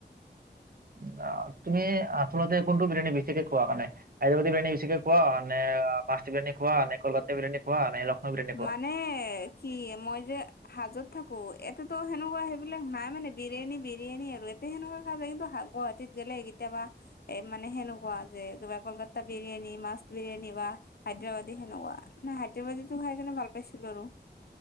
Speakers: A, on the right; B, on the left.
A: <unintelligible> তু‌মি আচলতে কোনটো বিৰিয়ানী বেছিকে খোৱা মানে? হাইদৰাবাদী বিৰিয়ানী বেছিকৈ খোৱাে, ‌ নে মাষ্ট বিৰিয়ানী খোৱা নে কলকাতা বিৰিয়ানী খোৱাে লক্ষ্ণৌ বিৰিয়ানী খোৱা?
B: মানে <unintelligible> মই যে হাজোত থাকো। <unintelligible> ‌ সেনেকুৱা সেইবিলাক নাই মানে বিৰিয়ানী বিৰিয়ানী আৰু, <unintelligible> <unintelligible> কেতিয়াবা এ মানে সেনেকুৱা যে কিবা কলকাতা বিৰিয়ানী মাষ্ট বিৰিয়ানী বা হায়দৰাবাদী সেনেকুৱা, মই হায়দৰাবাদীটো খাই কিনে ভাল পাইছিলো আৰু!